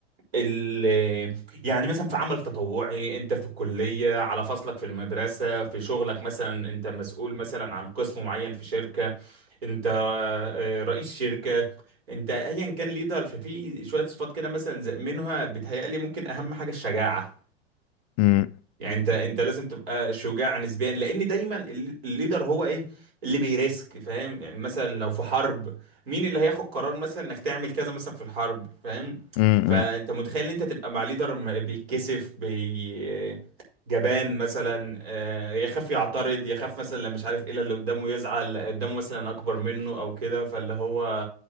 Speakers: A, on the right; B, on the left.
A: ال يعني مثلا في عمل تطوعي انت في الكليه على فصلك في المدرسه في شغلك مثلا انت مسؤول مثلا عن قسم معين في شركه انت آه، رئيس شركه انت ايا كان ليدر ففي شويه صفات كده مثلا زي- منها بتهيألي ممكن اهم حاجه الشجاعه
B: مم،
A: يعني انت انت لازم تبقى شجاع نسبيا لان دايما ال- الليدر هو ايه اللي بيريسك فاهم يعني مثلا لو في حرب مين اللي هياخد قرار مثلا انك تعمل كذا مثلا في الحرب فاهم
B: مم،
A: فانت
B: مم،
A: متخيل ان انت تبقى مع ليدر م- بيتكسف بي جبان مثلا آه، يخاف يعترض يخاف مثلا لو مش عارف ايه لا اللي قدامه يزعل لا قدامه مثلا اكبر منه او كده فاللي هو